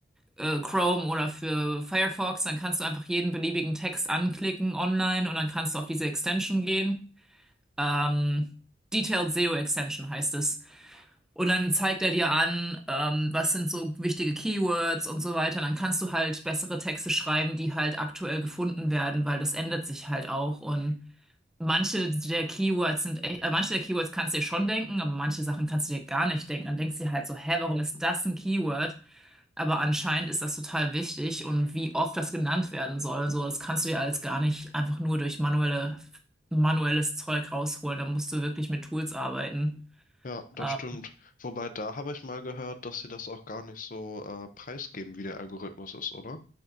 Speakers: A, in the centre; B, on the left.
A: äh, Chrome oder für Firefox. Dann kannst du einfach jeden beliebigen Text anklicken online und dann kannst du auf diese Extension gehen. Ähm, Detailed SEO Extension heißt es. Und dann zeigt er dir an, ähm, was sind so wichtige Keywords und so weiter. Dann kannst du halt bessere Texte schreiben, die halt aktuell gefunden werden, weil das ändert sich halt auch. Und manche der Keywords sind, echt- äh, manche der Keywords kannst du dir schon denken, aber manche Sachen kannst du dir gar nicht denken. Dann denkst du dir halt so, hä, warum ist das ein Keyword? Aber anscheinend ist das total wichtig und wie oft das genannt werden soll und so, das kannst du dir alles gar nicht einfach nur durch manuelle, manuelles Zeug rausholen. Da musst du wirklich mit Tools arbeiten.
B: Ja, das
A: Ähm,
B: stimmt. Wobei, da habe ich mal gehört, dass sie das auch gar nicht so äh, preisgeben, wie der Algorithmus ist, oder?